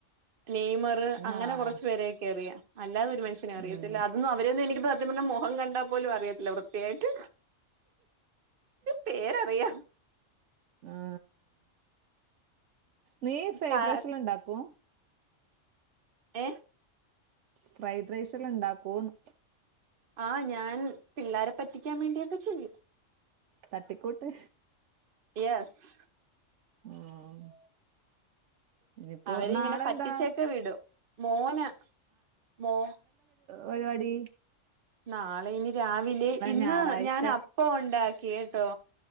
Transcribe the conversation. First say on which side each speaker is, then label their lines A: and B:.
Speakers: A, on the right; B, on the right.
A: നെയ്മർ, അങ്ങനെ
B: ആഹ്
A: കുറച്ചു പേരെയൊ നിക്കറിയാം. അല്ലാതെ ഒരു മനഷ്യനെ അറിയത്തില്ല
B: ഉം
A: അതൊന്നു അവര് ഒന്നു എനിക്ക് ക്ക് പിന്നെ മുഖം കണ്ടാൽ പോലും അറിയത്തില്ല വൃത്തിയായിട്ട്. പേരറിയാം
B: ആ നീ ഫ്രൈഡ്
A: കാ
B: റൈസ് എല്ലാം ഉണ്ടാക്കോ?
A: ഏ?
B: ഫ്രൈഡ് റൈസ് എല്ലാം ഉണ്ടാക്കോന്ന്
A: ആ ഞാൻ പിള്ളാരെ പറ്റിക്കാൻ വേണ്ടിയൊക്കെ ചെയ്യും.
B: തട്ടിക്കൂട്ട്
A: എസ്സ്.
B: ആഹ് ഇനിയിപ്പോ
A: അവരെ
B: നാളെന്താ
A: ഇങ്ങനെ പറ്റിച്ചൊക്കെ വിടും മോന് മോ
B: വര്‌വാടി
A: നാളെ ഇനി രാവിലെ ഇന്ന്
B: ഞായറാഴ്ച
A: ഞാൻ അപ്പം ഉണ്ടാക്കി കേട്ടോ.